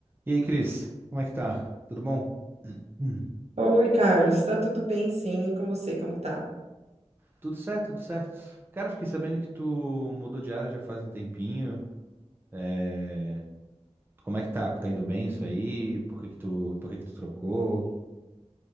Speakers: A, on the right; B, on the right.
A: E aí, Cris, como é que tá? Tudo bom? Hum.
B: Oi, Carlos, tá tudo bem? Sim, e com você, como que tá?
A: Tudo certo, tudo certo. Cara, fiquei sabendo que tu mudou de área já faz um tempinho. É... Como é que tá? Tá indo bem isso aí? Por que que tu, por que que tu trocou?